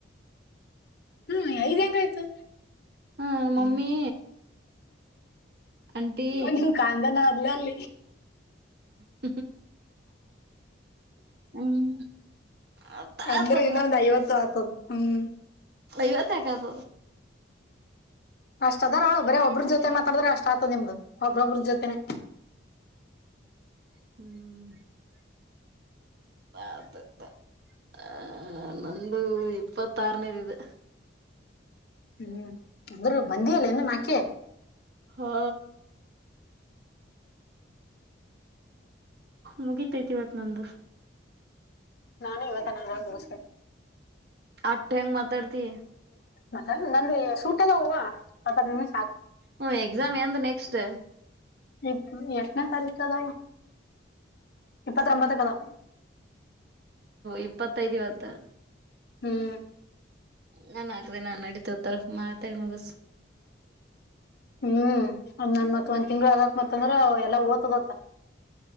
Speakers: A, on the left (about 55°); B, on the right (about 60°).
A: ಹ್ಮ್ ಐದ್ ಹೆಂಗ ಆಯ್ತು
B: ಹ್ಮ ಮಮ್ಮಿ ಆಂಟಿ
A: ಒ ಕಾಂದ ನ ನನ್ನ
B: ಹ ಹ್ಮ್ ಆತದ
A: ಅಂದ್ರೆ ಇನ್ನೊಂದು್ ಐವತ್ತು ಆಗ್ತದ ಹ್ಮ್
B: ಯವತಕಬ
A: ಅಷ್ಟ ಅದಾರ ಅವ ಬರೀ ಒಬ್ರ ಜೊತೆ ಮಾತಾಡಿದ್ರೆ ಅಷ್ಟ ಆತ ನಿಮ್ದು ಒಬ್ಬ್ರೊಬ್ರದ ಜೊತೆನೆ
B: ಹ್ಮ್ ಆತ ಆತ ಆ ನಂದು ಇಪ್ಪತ್ತಾರನೇದ ಇಿದೆ
A: ಹ್ಮ್ ಅಂದ್ರೂ ಬಂದಿಯಲ್ಲ ನು ನಾಕೆ
B: ಹಾ ಮುಗ ತತಿವತ್ತು ನಂದು
A: ನಾನೇ ಇವತ್ತ ನ ಆರಾಮ್ ಬೋಗಸ್ತ
B: ಆ ಠೆಂಗ ಮತಡ್ತಿ
A: ಮತ್ತ ನಂದ ಸೂಟೆನ ಹೂವ ಮ ನಿಮ
B: ಹ್ಮ ಎಕ್ಸಾಮ್ ಎಂತ ನೆಕ್ಸ್ಟ್್
A: ಇ ಎಷ್ಟನೇ ತಾರೀಕ್ ಅದಾವ ಇಪ್ಪತ್ಂಬತ್ತದಾವ
B: ಇಪ್ಪತ್ತೈದು್ ಇವತ್ತು
A: ಹ್ಮ್
B: ನಾನ್ ಹಾಕ್ದ ನು ನಡಿತೋತಾರ ಮಾತಾಡಿ ಮುಗಿಸಸು
A: ಹ್ಮ್ ಒ ನನ್ ಮತ್ ಒಂದ್ ತಿಂಗ್ಳ ಅದತ್ ಮತ್ತಂದ್ರ ಎಲ್ಲಾ ಓದತದತ್ತ